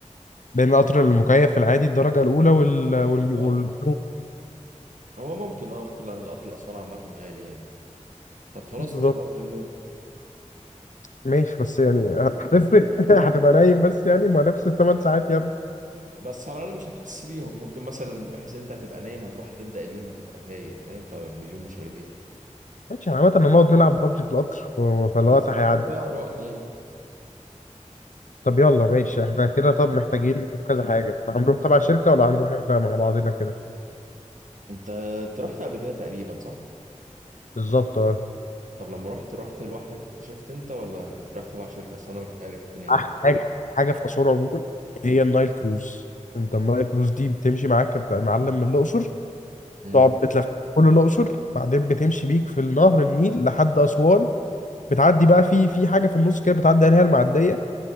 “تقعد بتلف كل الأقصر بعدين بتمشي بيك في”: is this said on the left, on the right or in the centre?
Left